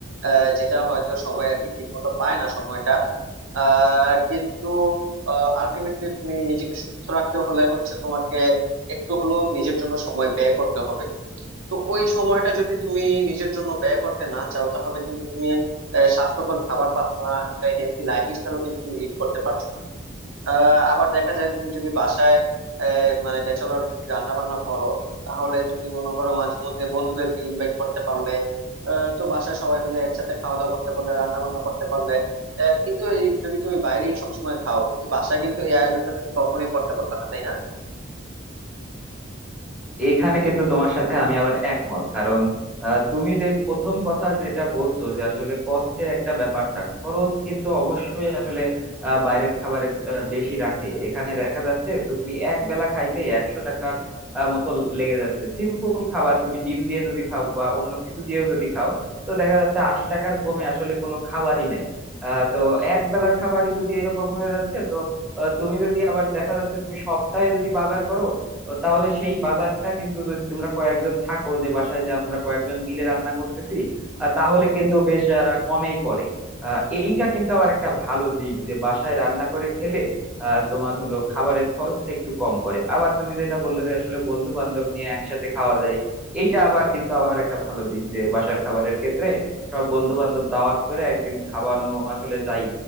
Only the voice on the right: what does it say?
আহ, যেটা হয়তো সবাই আর কি ঠিক মতো পায় না সময়টা আহ, কিন্তু আলটিমেটলি তুমি নিজেকে সুস্থ রাখতে হলে হচ্ছে তোমাকে একটু হলেও নিজের জন্য সময় ব্যয় করতে হবে তো ওই সময়টা যদি তুমি নিজের জন্য ব্যয় করতে না চাও তাহলে কিন্তু তুমি আহ, স্বাস্থ্যকর খাবার পাচ্ছ না একটা হেলদি লাইফ স্টাইলও কিন্তু তুমি লিড করতে পারছো না। আহ, আবার দেখা যায় তুমি যদি বাসায় আহ, মানে ব্যাচেলর যদি রান্না বান্না করো তাহলে তুমি মনে করো মাঝে মধ্যে বন্ধুদেরকে ইনভাইট করতে পারলে আহ, তো বাসায় সবাই মিলে একসাথে খাওয়া দাওয়া করতে পারলে রান্না বান্না করতে পারলে আহ, কিন্তু এই যদি তুমি বাইরেই সবসময় খাও এই বাসায় কিন্তু এই আয়োজনটা তুমি কখনোই করতে পারবে না তাই না